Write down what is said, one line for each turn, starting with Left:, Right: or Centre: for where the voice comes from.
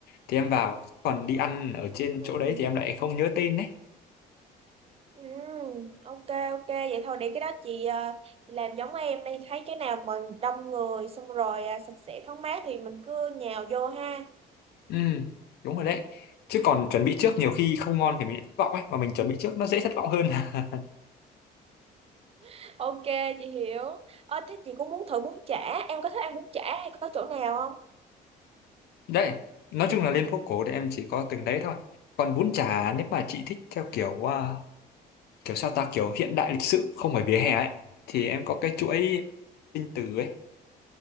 Left: thì em vào còn đi ăn ở trên
Right: Ừ.
Left: chỗ đấy thì em lại không nhớ tên đấy
Right: Ừ, ok ok vậy thôi để cái đó chị, ờ, chị làm giống em đi thấy cái nào mà đông người xong rồi à, sạch sẽ thoáng mát thì mình cứ nhào vô ha
Left: ừ đúng rồi đấy chứ còn chuẩn bị trước nhiều khi không ngon thì mình lại thất vọng ấy mà mình chuẩn bị trước nó dễ thất vọng hơn <laughs>
Right: <laughs> ok chị hiểu ờ thế chị cũng muốn thử bún chả em có thích ăn bún chả hay có chỗ nào không
Left: đấy nói chung là lên phố cổ thì em chỉ có từng đấy thôi còn bún chả nếu mà chị thích theo kiểu à, kiểu sao ta kiểu hiện đại lịch sự không phải vỉa hè ấy thì em có cái chuỗi sinh tử ấy